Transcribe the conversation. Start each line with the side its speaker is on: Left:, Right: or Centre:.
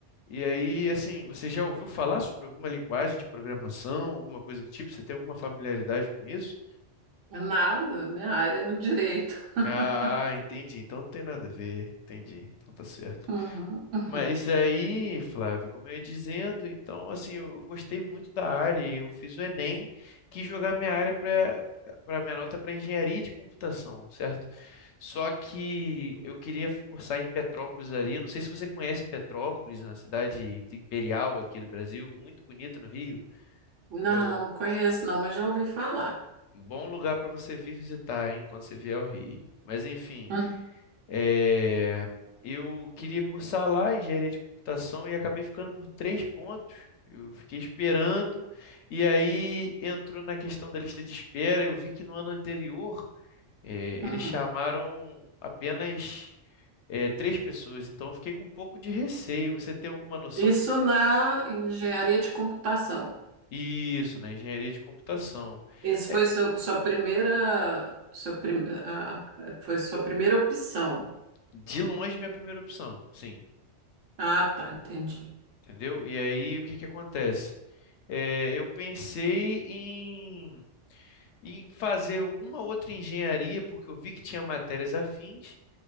Left: E aí, assim, você já ouviu falar sobre alguma linguagem de programação, alguma coisa do tipo? Você tem alguma familiaridade com isso?
Right: Nada, minha área é do direito. <laughs>
Left: Ah, entendi. Então não tem nada a ver. Entendi. Então tá certo.
Right: Uhum, uhum.
Left: Mas aí, Flávio, como eu ia dizendo, então assim, eu gostei muito da área. e Eu fiz o Enem, quis jogar minha área para para minha nota para engenharia de computação, certo? Só que eu queria cursar em Petrópolis ali. Não sei se você conhece Petrópolis, na cidade do imperial aqui do Brasil, muito bonita no Rio.
Right: Não,
Left: que é
Right: não conheço, não, mas já ouvi falar.
Left: um bom lugar para você vir visitar, hein, quando você vier ao Rio. Mas enfim,
Right: Hum,
Left: É, eu queria cursar lá engenharia de computação e acabei ficando por três pontos. Eu fiquei esperando, e aí entrou na questão da lista de espera. Eu vi que no ano anterior, eh,
Right: hum.
Left: eles chamaram apenas, eh, três pessoas, então eu fiquei com um pouco de receio. Você tem alguma noção
Right: Isso
Left: de como...
Right: na engenharia de computação.
Left: Isso, na engenharia de computação.
Right: Esse
Left: É,
Right: foi seu, sua primeira, sua prim, ah, foi sua primeira opção.
Left: de longe, minha primeira opção, sim,
Right: Ah, tá, entendi.
Left: entendeu? E aí o que que acontece? Eh, eu pensei em em fazer alguma outra engenharia, porque eu vi que tinha matérias afins,